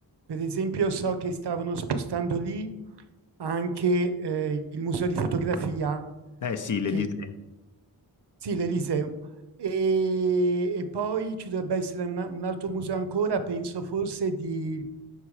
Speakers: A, on the right; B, on the left.
A: per esempio, so che stavano spostando lì anche eh, il museo di fotografia,
B: Eh sì, l'Elysée.
A: che, sì, l'Eliseo. E, e poi ci dovrebbe essere una- un altro museo ancora, penso forse di,